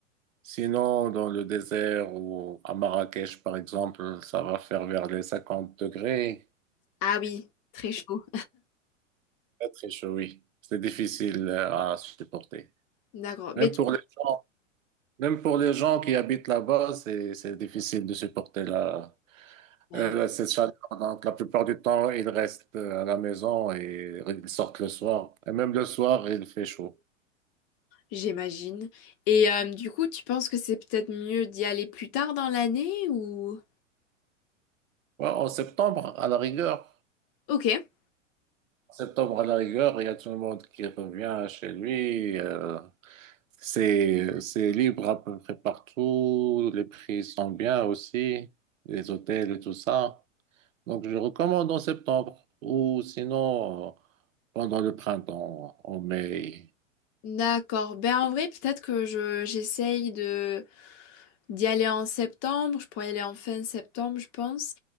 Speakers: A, on the right; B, on the left.
A: sinon, dans le désert ou à Marrakech, par exemple, ça va faire vers les 50 degrés.
B: Ah oui, très chaud.
A: Très, très chaud, oui. C'est difficile euh, à supporter.
B: D'accord.
A: Même
B: Mais tu-
A: pour les gens, même pour les gens qui habitent là-bas, c'est, c'est difficile de supporter la,
B: Ouais.
A: Euh, c'est ça. Donc, la plupart du temps, ils restent euh, à la maison et ils sortent le soir. Et même le soir, il fait chaud.
B: j'imagine. Et euh, du coup, tu penses que c'est peut-être mieux d'y aller plus tard dans l'année ou...
A: Ouais, en septembre, à la rigueur,
B: Ok.
A: en septembre, à la rigueur, il y a tout le monde qui revient chez lui. euh, c'est, c'est libre à peu près partout. Les prix sont bien aussi, les hôtels et tout ça. Donc, je recommande en septembre ou sinon euh, pendant le printemps, en mai.
B: D'accord. Ben en vrai, peut-être que je j'essaye de d'y aller en septembre, je pourrais y aller en fin septembre, je pense.